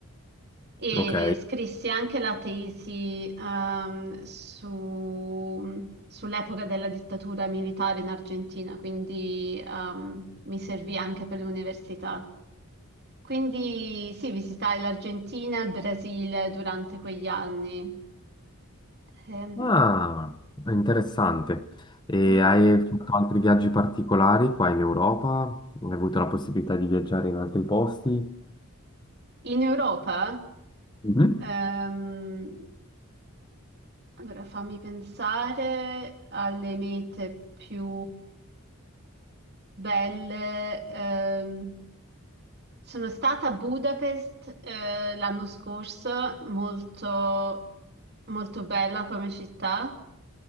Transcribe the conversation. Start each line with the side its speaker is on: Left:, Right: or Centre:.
Right: e
Left: Ok.
Right: scrissi anche la tesi ehm, su- sull'epoca della dittatura militare in Argentina, quindi ehm, mi servì anche per l'università. Quindi sì, visitai l'Argentina e il Brasile durante quegli anni. Ehm,
Left: Ah, interessante. E
Right: mm.
Left: hai fatto altri viaggi particolari qua in Europa? Hai avuto la possibilità di viaggiare in altri posti?
Right: In Europa,
Left: Mhm.
Right: ehm, allora fammi pensare alle mete più belle. Ehm, sono stata a Budapest, eh, l'anno scorso, molto, molto bella come città.